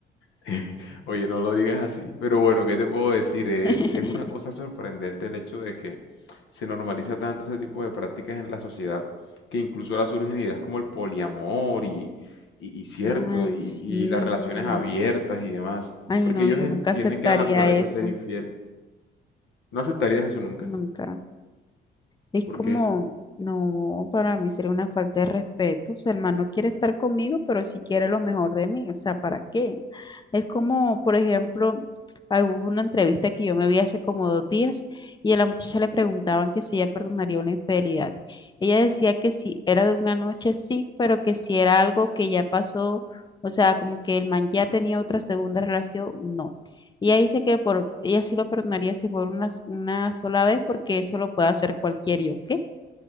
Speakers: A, on the left; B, on the left.
A: <laughs> Oye, no lo digas así. Pero bueno, ¿qué te puedo decir? Es,
B: <laughs>
A: es una cosa sorprendente el hecho de que se normaliza tanto ese tipo de prácticas en la sociedad que incluso ahora surgen ideas como el poliamor y, y, y cierto,
B: Ay,
A: y,
B: sí.
A: y las relaciones abiertas y demás.
B: Ay,
A: Porque
B: no,
A: ellos
B: yo
A: entienden
B: nunca aceptaría
A: que la naturaleza
B: eso.
A: es ser infiel. No aceptarías eso nunca.
B: Nunca. Es
A: ¿Por
B: como,
A: qué?
B: no, para mí sería una falta de respeto. O sea, el man no quiere estar conmigo, pero sí quiere lo mejor de mí. O sea, ¿para qué? Es como, por ejemplo, ah, hubo una entrevista que yo me vi hace como dos días y a la muchacha le preguntaban que si ella perdonaría una infidelidad. Ella decía que si era de una noche, sí, pero que si era algo que ya pasó, o sea, como que el man ya tenía otra segunda relación, no. Y ella dice que por, ella sí lo perdonaría si por una, una sola vez, porque eso lo puede hacer cualquiera. yo qué?